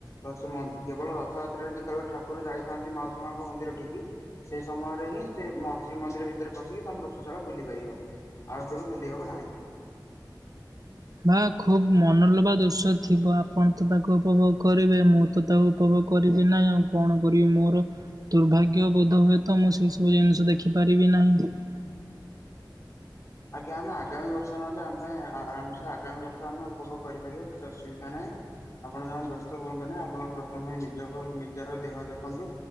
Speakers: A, on the left; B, on the right.
A: ତ ସେ କେବଳ ରଥଯାତ୍ରାରେ ଯେତେବେଳେ ଠାକୁର ଯାଇଥାନ୍ତି ମାଉସୀ ମାଙ୍କ ମନ୍ଦିର ଠିକି ସେ ସମୟରେ ହିଁ ସେ ଶ୍ରୀମନ୍ଦିର ଭିତରେ ପଶିକି ତମର ରୋଷଶାଳା ବୁଲି ପାରିବ, ଆଉ କେବେ ବୁଲି ହବ ନାହିଁ।
B: ବା ଖୁବ ମନଲୋବା ଦୃଶ୍ୟ ଥିବ, ଆପଣ ତ ତାକୁ ଉପଭୋଗ କରିବେ, ମୁଁ ତ ତାକୁ ଉପଭୋଗ କରିବି ନାଇଁ, ଆଉ କଣ କରିବି, ମୋର ଦୁର୍ଭାଗ୍ୟବୋଧ ହୁଏ ତ, ମୁଁ ସେଇ ସବୁ ଜିନିଷ ଦେଖିପାରିବି ନାହିଁ।
A: ଆଜ୍ଞା ଆମେ ଆଗାମୀ ବର୍ଷ ନହେଲେ ଆମ ପାଇଁ ଆରାମସେ ଆଗାମୀ ବର୍ଷ ଆମେ ଉପଭୋଗ କରିପାରିବା କିଛି ଅସୁବିଧା ନାହିଁ। ଆପଣ ଜମା ବ୍ୟସ୍ତ ହୁଅନ୍ତୁ ନାହିଁ, ଆପଣ ପ୍ରଥମେ ନିଜ ନିଜର ଦେହ ଦେଖନ୍ତୁ।